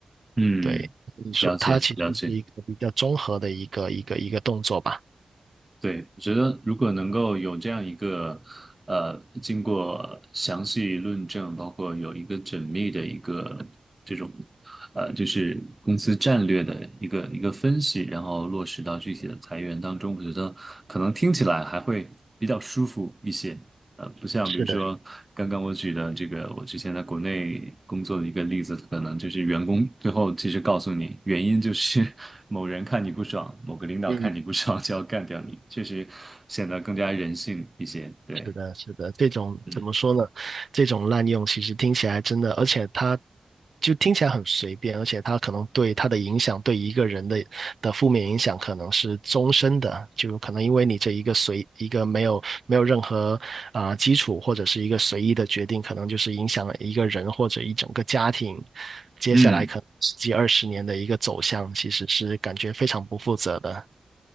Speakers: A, on the right; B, on the right.
A: 嗯，
B: 对，你说它其实是一个比较综合的一个一个一个动作吧。
A: 了解了解。对，我觉得如果能够有这样一个，呃，经过详细论证，包括有一个缜密的一个这种，呃，就是公司战略的一个一个分析，然后落实到具体的裁员当中，我觉得可能听起来还会比较舒服一些。呃，不像比如说刚刚我举的这个，
B: 是的，
A: 我之前在国内工作的一个例子，可能就是员工最后其实告诉你，原因就是 <laughs> 某人看你不爽，某个领导看你不爽就要干掉你，
B: 嗯，
A: 确实显得更加人性一些。对，
B: 是的，是的，这种怎么说呢？
A: 嗯
B: 这种滥用其实听起来真的，而且它就听起来很随便，而且它可能对它的影响，对一个人的的负面影响可能是终身的，就可能因为你这一个随一个没有没有任何啊、呃基础或者是一个随意的决定，可能就是影响了一个人或者一整个家庭，接下来可能十几二十年的一个走向，
A: 嗯。
B: 其实是感觉非常不负责的。